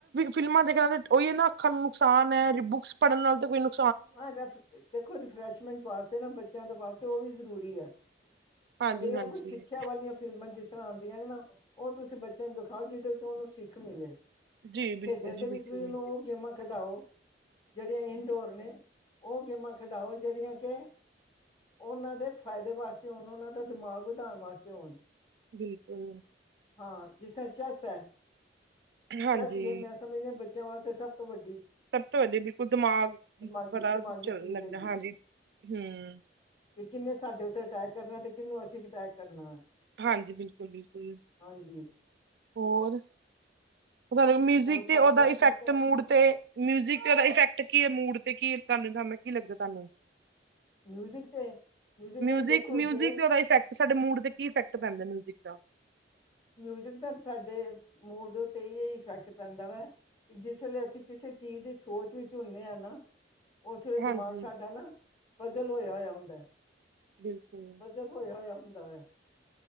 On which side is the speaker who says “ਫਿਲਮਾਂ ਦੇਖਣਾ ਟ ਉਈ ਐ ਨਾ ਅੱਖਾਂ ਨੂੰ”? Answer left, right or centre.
Right